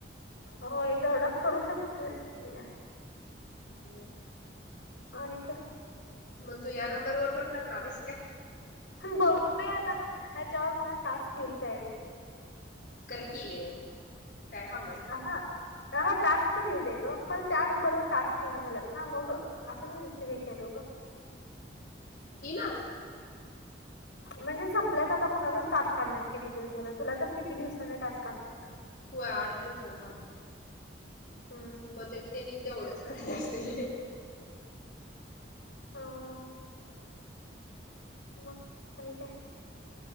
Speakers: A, on the left; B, on the left.
A: होय तेवढाच करू शकतेसी.
B: ह.
A: आणि काय.
B: मग तू या नंबरवर पण करणार आहेस काय.
A: बघूया आता ह्याच्यावर मला टास्क येईल त्यावेळी.
B: कर कीआहे आता काय काम हाय.
A: अ ह अा टास्क तरं येऊ दे गं मला त्या नंबरवर टास्क येईना झालात ना मग. असंच निशय हे केलं ग.
B: ये ना. <inaudible>
A: म्हणजे संपल्यात आता कोुणालाच टास्क काण्यातत किती दिवस झाले तुला तर किती दिवसाने टास्क काढत.
B: हो आठ दिवसाला आलं.
A: हम्म
B: मग ते त्यांनी तेवढंच करायला असतील.
A: हो. म आणि काय?